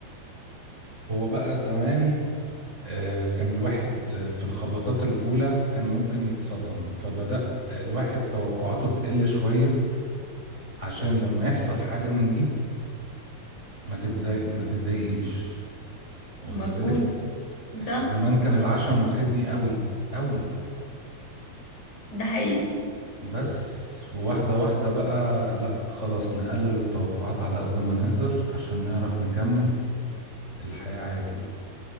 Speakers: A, on the right; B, on the left.
A: هو بقى زمان آه كان الواحد آه، في الخبطات الأولى كان ممكن يتصدم فبدأ الواحد توقعاته تقل شوية عشان لما يحصل حاجة من دي ما تتضايق ما تتضايقيش واخد
B: مظبوط
A: بالك آه،
B: صح
A: زمان كان العشم واخدني قوي قوي
B: ده حقيقي
A: بس واحدة واحدة بقى لا خلاص نقلل التوقعات على قد ما نقدر عشان نعرف نكمل الحياة عادي بقى